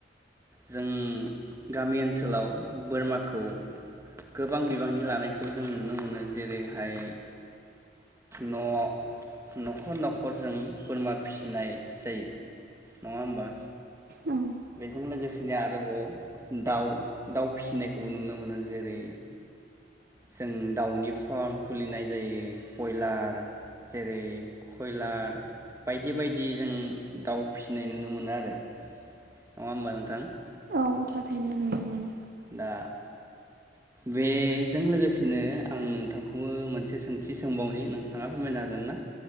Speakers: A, on the right; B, on the right.
A: जों गामि ओनसोलाव बोरमाखौ गोबां बिबांनि लानायखौ जों नुनो मोनो जेरैहाय न' न'खर नखरजों बोरमा फिसिनाय जायो नङा होमबा?
B: औ
A: बेजों लोगोसेनो आरोबाव दाउ दाउ फिसिनायखौबो नुनो मोनो जेरै जों दाउनि फार्म खुलिनाय जायो बयलार जेरै कयलार बायदि बायदि जों दाउ फिसिनाय नुनो मोनो आरो नङा होमबा नोंथां?
B: औ थारैनो नुनो मोनो
A: दा बेजों लोगोसेनो आं नोंथांखौबो मोनसे सोंथि सोंबावनि नोंथाङा फोरमायनो हागोन ना?